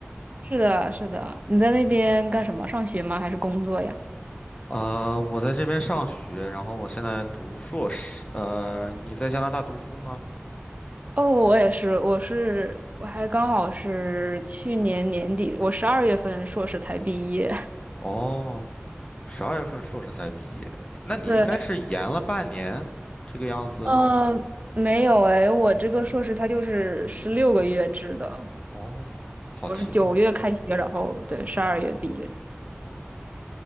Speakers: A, on the right (about 35°); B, on the left (about 25°).
A: 是的，是的，你在那边干什么？上学吗？还是工作呀？
B: 呃，我在这边上学，然后我现在读硕士。呃，你在加拿大读书吗？
A: 哦，我也是，我是，我还刚好是去年年底，我十二月份硕士才毕业。
B: 哦，十二月份硕士才毕业，那你应该是延了半年这个样子。
A: <laughs> 对，呃，没有诶，我这个硕士它就是十六个月制的，
B: 哦，好奇怪。
A: 我是九月开学，然后对，十二月毕业。
B: 哦，